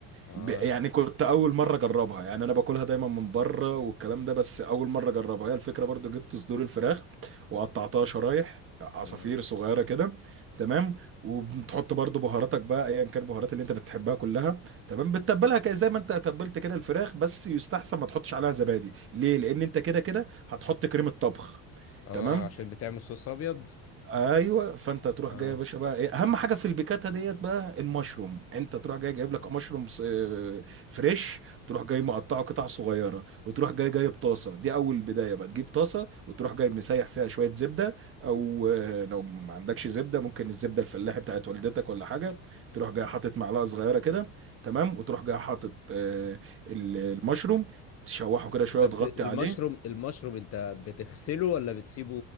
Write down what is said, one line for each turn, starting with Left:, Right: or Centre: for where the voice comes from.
Left: اه
Right: ب- يعني كنت اول مره اجربها يعني انا باكلها دايما من بره والكلام ده بس اول مره اجربها هي الفكره برضو جبت صدور الفراخ وقطعتها شرايح عصافير
Left: اه
Right: صغيره كده تمام وبتحط برضو بهاراتك بقى ايا كان البهارات اللي انت بتحبها كلها تمام بتتبلها كده زي ما انت تبلت كده الفراخ بس يستحسن ما تحطش عليها زبادي ليه لان انت كده كده هتحط كريمه طبخ
Left: آه،
Right: تمام
Left: عشان بتعمل صوص ابيض
Right: ايوه فانت تروح
Left: اه
Right: جاي يا باشا بقى ايه اهم حاجه في البيكاتا ديت بقى المشروم انت تروح جاي جايب
Left: اه
Right: لك مشروم س- آه، فريش تروح جاي مقطعه قطع صغيره وتروح جاي جايب طاسه دي اول بدايه بقى تجيب طاسه وتروح جاي مسيح فيها شويه زبده او آه، لو ما عندكش زبده ممكن الزبده الفلاحي بتاعت والدتك ولا حاجه تروح جاي حاطط معلقه صغيره كده تمام وتروح جاي حاطط آه، ال- المشروم تشوحه
Left: بس
Right: كده شويه
Left: بس
Right: وتغطي
Left: المشروم
Right: عليه
Left: المشروم انت بتغسله ولا بتسيبه